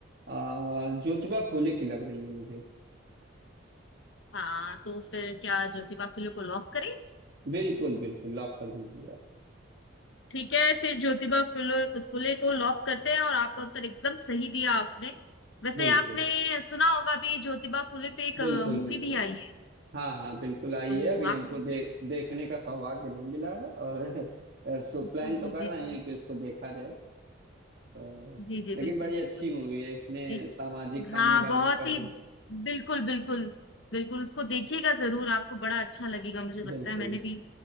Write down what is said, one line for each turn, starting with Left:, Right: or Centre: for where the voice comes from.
Right: आ, ज्योतिबा फूले की लग रही है मुझे
Left: हाँ तो फिर क्या ज्योतिबा फुले को लॉक करें
Right: बिल्कुल बिल्कुल लॉक कर दीजिए आप
Left: ठीक है फिर ज्योतिबा फुले फुले को लॉक करते हैं और आपका उत्तर एकदम सही दिया आपने वैसे
Right: बिल्कुल
Left: आपने सुना होगा भी ज्योतिबा फुले पे एक
Right: बिल्कुल
Left: मूवी
Right: बिल्कुल
Left: भी आई है
Right: हाँ हाँ बिल्कुल आई
Left: तो
Right: है अभी
Left: आप
Right: हमको दे, देखने का सौभाग्य नहीं मिला है और <laughs> सो प्लान
Left: जी
Right: तो
Left: जी
Right: कर
Left: जी
Right: रहे
Left: जी
Right: हैं कि उसको देखा जाए तो
Left: जी जी
Right: लेकिन
Left: बिल्कुल
Right: बड़ी
Left: बिल्कुल
Right: अच्छी मूवी है इसने
Left: जी।
Right: सामाजिक ताने
Left: हाँ बहुत
Right: बाने पर
Left: ही
Right: जो
Left: बिल्कुल बिल्कुल बिल्कुल उसको देखिएगा जरूर आपको बड़ा अच्छा लगेगा मुझे लगता
Right: बिल्कुल
Left: है मैंने भी